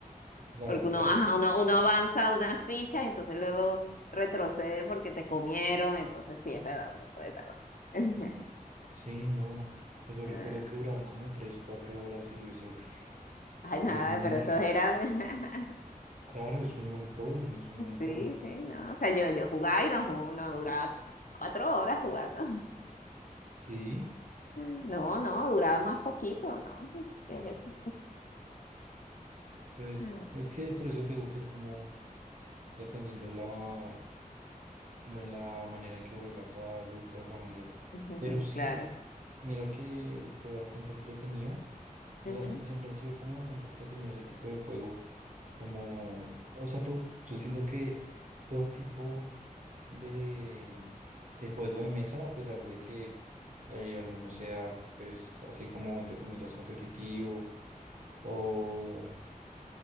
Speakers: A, on the right; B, on the left.
A: Claro,
B: porque
A: claro.
B: uno, ajá, uno, uno avanza unas fichas, entonces luego retrocede porque te comieron, entonces sí, es verdad, uno puede tardar. <laughs>
A: Sí, no. O sea, yo recuerdo
B: Ah,
A: que duraban como tres, cuatro horas y yo decía, uff,
B: Ay, nada,
A: Dios mío,
B: pero
A: es-
B: estos eran, <laughs>
A: claro, es un montón, es un montón.
B: sí, sí, no, o sea, yo, yo jugaba y no, ju- no duraba cuatro horas jugando.
A: Sí,
B: No, no, duraba más poquito, ¿no? ¿Qué es eso?
A: pues
B: Mm,
A: es que por eso te digo que es como dependiendo de la, como de la manera en que juega cada grupo de familia.
B: ujú,
A: Pero sí,
B: Claro.
A: mira que fue bastante entretenido. O
B: ujú.
A: sea, sí, siempre ha sido como bastante entretenido ese tipo de juego. como, o sea, todo- yo siento que todo tipo de, de juego de mesa, a pesar de que eh, alguno sea, pues, así como, entre comillas, competitivo o,